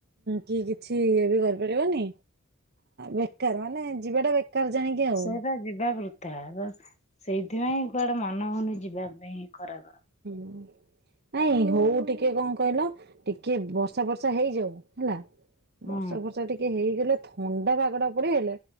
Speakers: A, on the right; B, on the left.
A: କି କିଛି ଇଏ ବି କରିପାରିବନି ବେକାର ମାନେ ଯିବାଟା ବେକାର ଜାଣିକି ଆଉ
B: ସେଇଦାଗି ଯାଗରୁ। ତା ସେଇଥିପାଇଁ କୁଆଡେ ମାନ ହଉନି ଯିବା ପାଇଁ ଖରା କୁ
A: ହୁଁ ନାଇଁ ହଉ ଟିକେ କଣ କହିଲ ଟିକେ ବର୍ଷା ବର୍ଷା ହେଇଯାଉ ହେଲା।
B: ହୁଁ
A: ବର୍ଷା ବର୍ଷା ଟିକେ ହେଇଗଲେ ଥଣ୍ଡା ବାାଗଡା ପଡି ହେଲେ